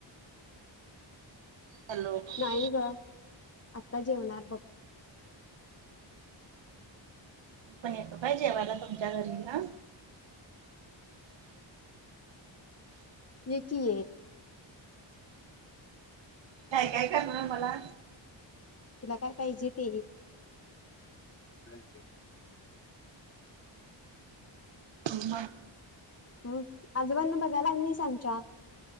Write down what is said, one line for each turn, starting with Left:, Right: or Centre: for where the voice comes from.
Right: हॅलो मी
Left: नाही ग आता जेवणार बघ
Right: आम्ही पण येतो काय जेवायला तुमच्या घरी हां
Left: ये की ये
Right: काय काय करणार मला
Left: तुला काय पाहिजे ते <inaudible>
Right: हम
Left: हम् आजोबांना बघायला आली नाहीस आमच्या